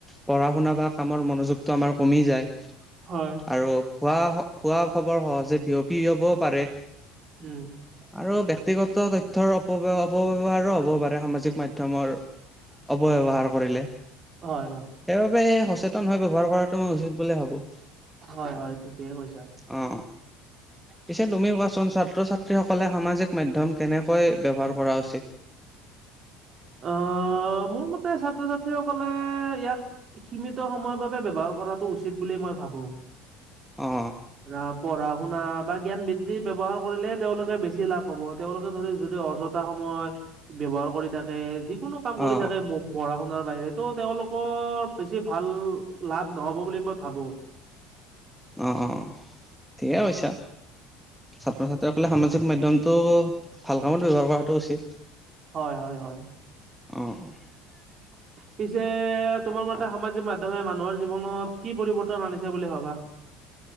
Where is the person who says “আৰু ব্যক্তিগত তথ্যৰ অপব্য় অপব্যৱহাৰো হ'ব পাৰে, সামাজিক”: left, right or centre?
Centre